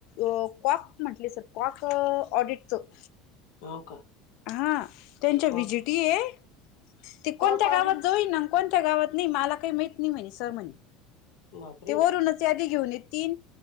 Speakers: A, on the left (about 55°); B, on the left (about 85°).
A: अ कॉक म्हंटले सर. अं कॉक ऑडिटचं.
B: हाव का?
A: हां. त्यांच्या
B: को-
A: विजिटी ए. ते
B: को-
A: कोणत्या
B: कोऑर्डिनेट
A: गावात जोईना. कोणत्या गावात नी मला काही माहित नाही म्हणे. सर म्हणे
B: बापरे
A: ते वरूनच- यादी घेऊन येतील.